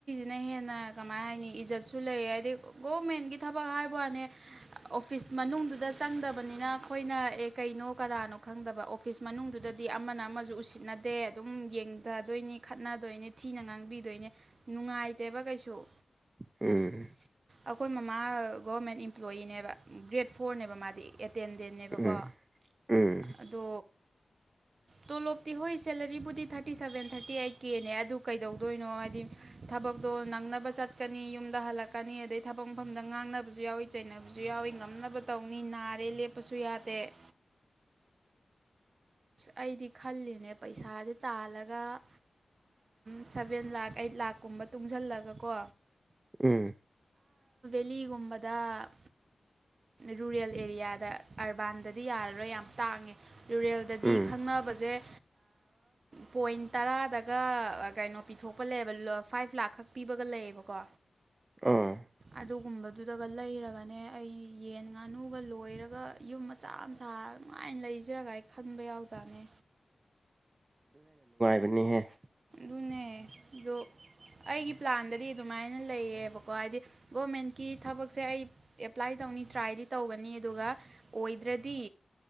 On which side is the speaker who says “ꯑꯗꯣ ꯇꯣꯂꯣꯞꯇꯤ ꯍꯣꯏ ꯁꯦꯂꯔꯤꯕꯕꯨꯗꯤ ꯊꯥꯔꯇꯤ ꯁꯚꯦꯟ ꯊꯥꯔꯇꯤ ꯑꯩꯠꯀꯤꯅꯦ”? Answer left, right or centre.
Right